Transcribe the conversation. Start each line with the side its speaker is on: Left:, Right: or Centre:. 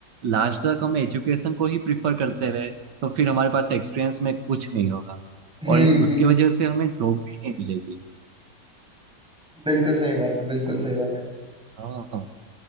Right: लास्ट तक हम एजुकेशन को ही प्रिफर करते रहे तो फिर हमारे पास एक्सपीरियंस में कुछ नहीं होगा
Centre: हम्म
Right: और
Centre: हम्म
Right: उसकी वजह से हमें जॉब भी नहीं मिलेगी
Centre: बिल्कुल सही बात है बिल्कुल सही बात है
Right: हाँ